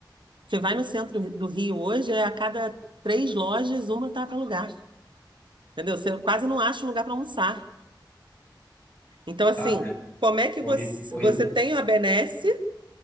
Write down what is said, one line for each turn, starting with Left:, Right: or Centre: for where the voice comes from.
Right: Você vai no centro do Rio hoje, é a cada três lojas, uma tá para alugar. Entendeu? Você quase não acha um lugar para almoçar. Então, assim,
Left: tá. É
Right: como é que
Left: horrível,
Right: você,
Left: horrível.
Right: você tem a benesse,